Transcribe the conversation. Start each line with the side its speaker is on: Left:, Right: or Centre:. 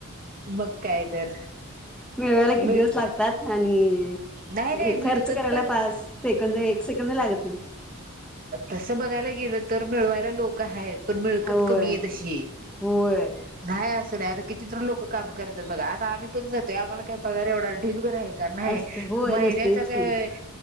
Right: मग काय तर
Centre: मिळवायला किती
Right: मिळ
Centre: दिवस लागतात. आणि
Right: नाही नाही मिळकत
Centre: खर्च करायला
Right: पण
Centre: पाच सेकंद एक सेकंद लागत नाही
Right: तसं बघायला गेलं तर मिळवायला लोक आहेत पण मिळकत
Centre: होय
Right: कमी आहे तशी
Centre: होय
Right: नाहीय नाही आता किचन लोक काम करतात बघ आम्ही पण जो आम्हाला का पगार एवढा? क बर आहे का नाही
Centre: असत होय
Right: महिन्याच
Centre: नसतेच
Right: काय.
Centre: की